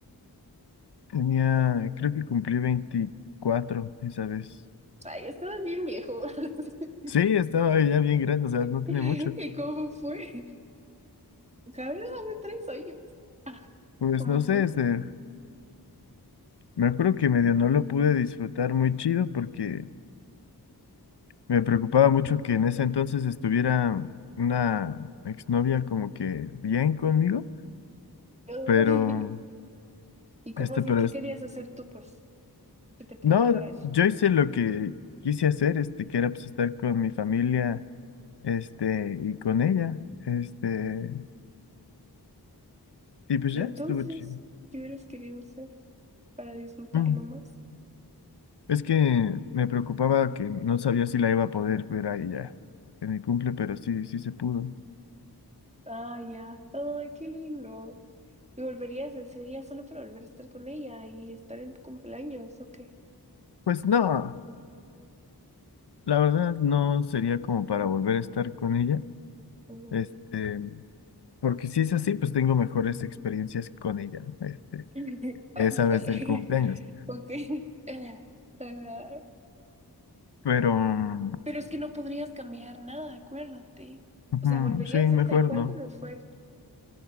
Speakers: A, on the left (about 80°); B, on the right (about 15°).
A: Tenía, creo que cumplí 24 esa vez.
B: Ay, estabas bien viejo. <laughs>
A: Sí, estaba ya bien grande, o sea,
B: <laughs>
A: no tiene
B: ¿Y
A: mucho.
B: cómo fue? ¿Sabes dónde tres años? Ah,
A: Pues
B: ¿Cómo
A: no sé,
B: fue?
A: este, me acuerdo que medio no lo pude disfrutar muy chido porque me preocupaba mucho que en ese entonces estuviera una exnovia como que bien conmigo,
B: Ay,
A: pero,
B: <laughs> ¿Y cómo
A: este,
B: así?
A: pero,
B: ¿Qué
A: es-
B: querías hacer tú, pues? ¿Qué te preocupara
A: no,
B: eso?
A: yo hice lo que quise hacer, este, que era pues estar con mi familia, este, y con ella, este,
B: Mm,
A: y pues
B: Y
A: ya
B: entonces,
A: estuvo chido.
B: ¿qué hubieras querido hacer para disfrutarlo
A: Mm.
B: más?
A: Es que me preocupaba que no sabía si la iba a poder ver a ella en mi cumple, pero sí, sí se pudo.
B: Ah, ya. Ay, qué lindo. ¿Y volverías ese día solo para volver a estar con ella y estar en tu cumpleaños o qué?
A: Pues no, la verdad no sería como para volver a estar con ella.
B: Mm.
A: Este, porque si es así, pues tengo mejores experiencias con ella, ¿no? este,
B: <laughs> Ay,
A: esa
B: dale.
A: vez del cumpleaños.
B: <laughs> Ok. <laughs> Ah,
A: Pero mm,
B: Pero es que no podrías cambiar nada, acuérdate.
A: ujú,
B: O sea, volvería
A: sí,
B: a ser
A: mejor
B: tal cual
A: no.
B: como fue.